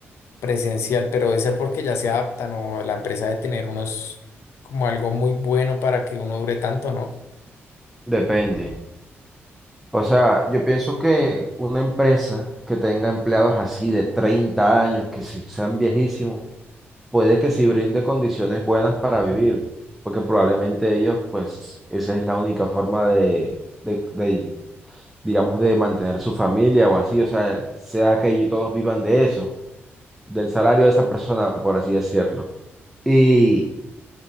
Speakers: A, on the left; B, in the centre.
A: presencial, pero debe ser porque ya se adaptan o la empresa debe tener unos como algo muy bueno para que uno dure tanto, ¿no?
B: Depende. O sea, yo pienso que una empresa que tenga empleados así de 30 años, que se- sean viejísimos, puede que sí brinde condiciones buenas para vivir, porque probablemente ellos, pues, esa es la única forma de, de- de, digamos, de mantener su familia o así, o sea, sea que ellos todos vivan de eso, del salario de esa persona, por así decirlo. Y